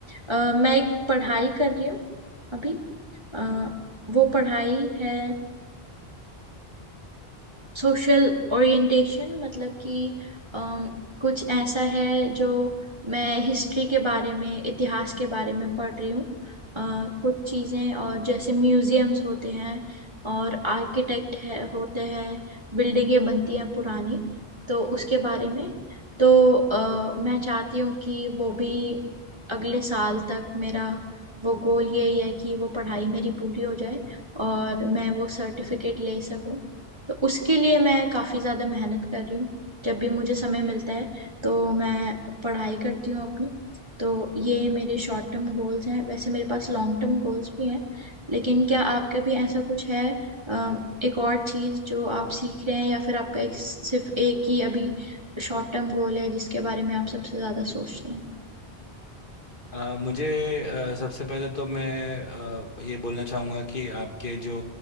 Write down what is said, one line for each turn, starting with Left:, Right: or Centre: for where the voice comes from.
Right: अ, मैं एक पढ़ाई कर रही हूँ अभी अ, वो पढ़ाई है सोशल ओरिएंटेशन मतलब कि अम, कुछ ऐसा है जो मैं हिस्ट्री के बारे में इतिहास के बारे में पढ़ रही हूँ अ, कुछ चीज़ें और जैसे म्यूजियम्स होते हैं और आर्किटेक्ट है होते हैं बिल्डिंगें बनती हैं पुरानी तो उसके बारे में तो अ, मैं चाहती हूँ कि वो भी अगले साल तक मेरा वो गोल यही है कि वो पढ़ाई मेरी पूरी हो जाए और मैं वो सर्टिफिकेट ले सकूं तो उसके लिए मैं काफी ज्यादा मेहनत कर रही हूँ जब भी मुझे समय मिलता है तो मैं पढ़ाई करती हूँ अपनी तो ये मेरे शॉर्ट टर्म गोल्स हैं वैसे मेरे पास लॉन्ग टर्म गोल्स भी हैं लेकिन क्या आपका भी ऐसा कुछ है अम, एक और चीज जो आप सीख रहे हैं या फिर आपका एक सिर्फ एक ही अभी शॉर्ट टर्म गोल है जिसके बारे में आप सबसे ज्यादा सोचते हैं
Left: अ, मुझे अ, सबसे पहले तो मैं अ, ये बोलना चाहूँगा कि आपके जो